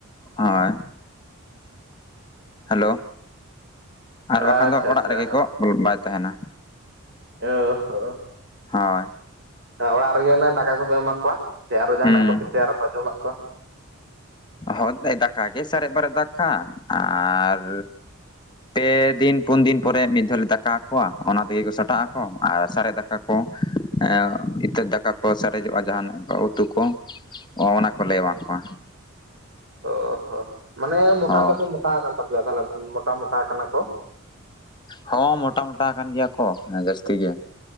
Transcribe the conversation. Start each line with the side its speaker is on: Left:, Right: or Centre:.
Left: ᱦᱚᱭᱼᱼ ᱦᱮᱞᱳ ᱟᱨ
Right: ᱟᱪᱪᱷᱟ
Left: ᱵᱟᱠᱷᱟᱱ ᱫᱚ ᱚᱲᱟᱜ
Right: ᱟᱪᱪᱷᱟ
Left: ᱨᱮᱜᱮ ᱠᱚ ᱵᱚᱞᱚ ᱵᱟᱭ ᱛᱟᱦᱮᱸᱱᱟ᱾
Right: <unintelligible>
Left: ᱦᱳᱭ
Right: ᱦᱮᱸ ᱚᱲᱟᱜ ᱨᱮᱜᱮ ᱚᱱᱮ ᱫᱟᱠᱟ ᱠᱚᱯᱮ ᱮᱢᱟ ᱠᱚᱣᱟ ᱥᱮ ᱟᱨᱚ ᱡᱟᱦᱟᱱᱟᱜ
Left: ᱦᱩᱸ
Right: ᱠᱚᱯᱮ ᱛᱮᱭᱟᱨᱟ ᱟᱠᱚᱣᱟ ᱡᱚᱢᱟᱜ ᱠᱚ?
Left: ᱦᱳᱭ ᱫᱟᱠᱟ ᱜᱮ ᱥᱟᱨᱮᱡ ᱵᱟᱨᱮᱡ ᱫᱟᱠᱟ ᱟᱨᱼᱼ ᱯᱮ ᱫᱤᱱ-ᱯᱩᱱ ᱫᱤᱱ ᱯᱚᱨᱮ ᱢᱤᱫ ᱫᱷᱚ-ᱞᱮ ᱫᱟᱠᱟ ᱟᱠᱚᱣᱟ ᱚᱱᱟ ᱛᱮᱜᱮ ᱠᱚ ᱥᱟᱴᱟᱜ ᱟᱠᱚ ᱟᱨ ᱥᱟᱨᱮᱡ ᱫᱟᱠᱟᱼᱼ ᱠᱟ ᱠᱚ ᱮ ᱤᱛᱟᱹ ᱫᱟᱠᱟ ᱠᱚ ᱥᱟᱨᱮᱡᱚᱜ-ᱟ ᱡᱟᱦᱟᱸᱱᱟᱜ ᱩᱛᱩ ᱠᱚ᱾ ᱚᱸ ᱚᱱᱟ ᱠᱚᱞᱮ ᱮᱢᱟ ᱠᱚᱣᱟ᱾
Right: ᱚ ᱦᱳ ᱢᱟᱱᱮ ᱢᱚᱴᱟ
Left: ᱦᱳᱭ
Right: ᱫᱚᱠᱚ ᱢᱚᱴᱟ ᱟᱠᱟᱱ ᱛᱟᱯᱮᱭᱟ ᱛᱟᱦᱚᱞᱮ ᱢᱚᱴᱟ-ᱢᱚᱴᱟ ᱟᱠᱟᱱᱟ ᱠᱚ,
Left: ᱦᱚᱸ ᱢᱚᱴᱟ-ᱢᱚᱴᱟ ᱟᱠᱟᱱ ᱜᱮᱭᱟ ᱠᱚ ᱡᱟᱹᱥᱛᱤ ᱜᱮ᱾